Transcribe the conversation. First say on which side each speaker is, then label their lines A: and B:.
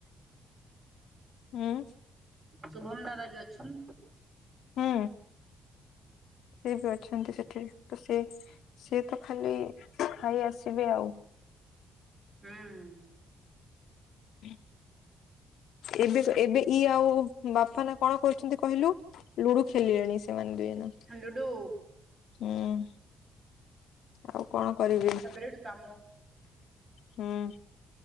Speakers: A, on the left; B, on the right.
A: ହୁଁ
B: ଶୁଭମ ଦାଦା ବି ଅଛନ୍
A: ହୁଁ ସେ ବି ଅଛନ୍ତି ସେଠି ତ ସେ ସିଏ ତ ଖାଲି ଖାଇ ଆସିବେ ଆଉ
B: ହୁଁ
A: ହୁଁ ଏବେ ଏବେ ଇଏ ଆଉ ବାପା ନା କଣ କରିଛନ୍ତି କହିଲୁ ଲୁଡୁ ଖେଳିଲେଣି ସେ ସେମାନେ ଦୁଇଜଣ
B: ଡୁଡୁ
A: ହୁଁ ଆଉ କଣ କରିବି
B: ଫେବରେଟ କାମ
A: ହୁଁ